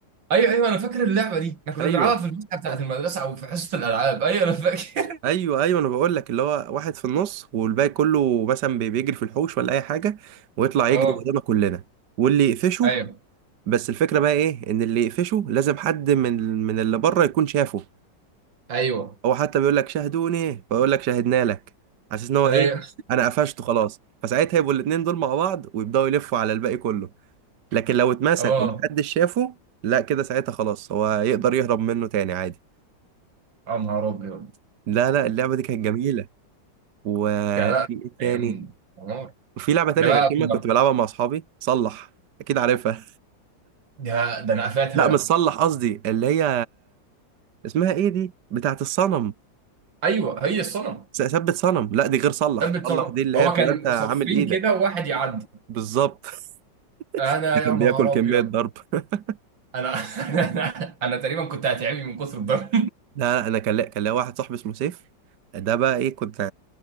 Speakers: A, on the right (about 85°); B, on the right (about 65°).
A: ايوه ايوه انا فاكر اللعبه دي احنا كنا
B: ايوه
A: بنلعبها في الفسحه بتاعت المدرسه او في حصه الالعاب ايوه انا فاكر
B: ايوه ايوه انا بقول لك اللي هو واحد في النص والباقي كله مثلا بي- بيجري في الحوش ولا اي حاجه ويطلع
A: <laughs>
B: يجري
A: اه
B: ورانا كلنا واللي يقفشه
A: ايوه
B: بس الفكره بقى ايه ان اللي يقفشه لازم حد من من اللي بره يكون شافه
A: ايوه
B: هو حتى بيقول لك شاهدوني فيقول لك شاهدنا لك على اساس ان هو
A: ايوه
B: ايه انا قفشته خلاص فساعتها يبقوا الاتنين دول مع بعض ويبداوا يلفوا على الباقي كله لكن لو اتمسك
A: اه
B: ومحدش شافه لا كده ساعتها خلاص هو يقدر يهرب منه تاني عادي
A: يا نهار ابيض
B: لا لا اللعبه دي كانت جميله وفي
A: ده لا
B: ايه تاني
A: ايام نهار
B: وفي لعبة تانية
A: احنا بقى
B: غشيمة
A: كنا
B: كنت بلعبها مع أصحابي صلح أكيد عارفها
A: ده ده انا
B: <laughs>
A: قفلتها
B: لا مش صلح قصدي اللي هي اسمها إيه دي بتاعت الصنم
A: ايوه هي الصنم
B: س- ثبت صنم لا دي غير صلح
A: كان بيتصرف
B: صلح دي اللي
A: هو
B: هي بتبقى
A: كان
B: أنت عامل
A: صفين
B: إيدك
A: كده وواحد يعدي
B: بالظبط
A: انا
B: <laughs> ده
A: يا
B: كان
A: نهار
B: بياكل كمية
A: ابيض
B: ضرب <laughs>
A: انا <laughs> انا انا تقريبا كنت هتعبي من كتر الضرب
B: لا لا أنا كان ليا- كان ليا واحد صاحبي اسمه سيف ده بقى إيه كنت